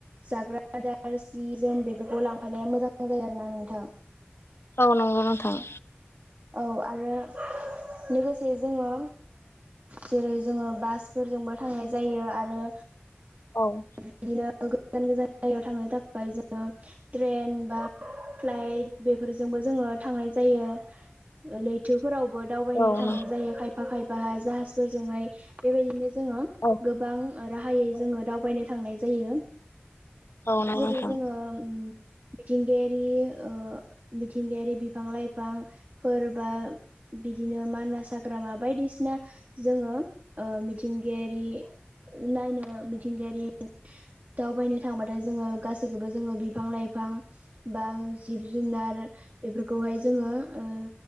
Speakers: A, on the right (about 40°); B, on the left (about 80°).
A: जाग्रा आदार सि जोम बेफोरखौ लांफानाया मोजां जायो आरोना नोंथां
B: ओ नंगौ नोंथां
A: औ आरो लोगोसे जोङो जेरै जोङो बासफोरजोंबो थांनाय जायो आरो
B: औ
A: बिदिनो गोजान गोजान जायगायाव थांनो थाखाय जोङो ट्रेन बा फ्लाइट बेफोरजोंबो जोङो थांनाय जायो लैथोफोरावबो दावबायनो
B: औ
A: थांनाय
B: नोंथां
A: जायो खायफा खायफाहाय जाहाजफोरजोंहाय बेबायदिनो जो
B: औ
A: गोबां राहायै जोङो दावबायनो थांनाय जायो
B: औ नंगौ
A: जेरै
B: नोंथां
A: जोङो मिथिंगायारि मिथिंगायारि बिफां लाइफां फोरबा बिदिनो मानास हाग्रामा बायदिसिना जोङो मिथिंगायारि नायनो मिथिंगायारि दावबायनो थांबाथाय जोङो गासैखौबो जोङो बिफां लाइफां बा जिब जुनार बेफोरखौहाय जोङो ओ